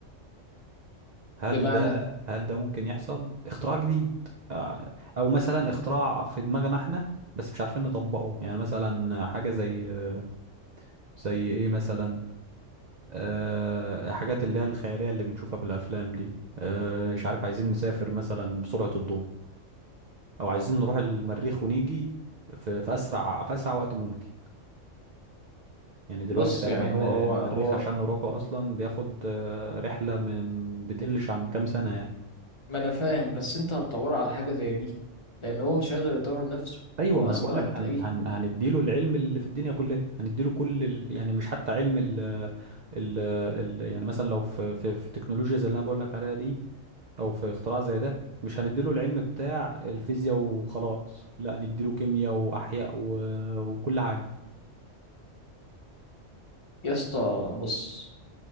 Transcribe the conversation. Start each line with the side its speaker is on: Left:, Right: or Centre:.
Right: هل
Left: بمعنى
Right: ده هل ده ممكن يحصل اختراع جديد آه، او مثلا اختراع في دماغنا احنا بس مش عارفين نطبقه يعني مثلا حاجة زي آه، زي ايه مثلا أه حاجات اللي هي الخيالية اللي بنشوفها في الأفلام دي أه مش عارف عايزين نسافر مثلا بسرعة الضوء أو عايزين نروح المريخ ونيجي في, في أسرع في أسرع وقت ممكن يعني دلوقتي
Left: بص
Right: تقريبا
Left: يعني هو
Right: آه،
Left: هو
Right: المريخ
Left: هو
Right: عشان نروحه أصلا بياخد آه، رحلة من بتقلش عن كام سنة يعني
Left: ما انا فاهم بس انت هتطور على حاجه زي دي لان هو مش هيقدر يطور نفسه
Right: أيوة
Left: هو
Right: ما
Left: اصلا
Right: أنا بقول لك
Left: هتلاقيه
Right: هن هن هنديله العلم اللي في الدنيا كلها هنديله كل ال يعني مش حتى علم ال ال ال يعني مثلا لو في, في, في تكنولوجيا زي اللي أنا بقول لك عليها دي او في اختراع زي ده مش هنديله العلم بتاع الفيزياء وخلاص لا نديله كيمياء واحياء و... وكل حاجه
Left: يا اسطى بص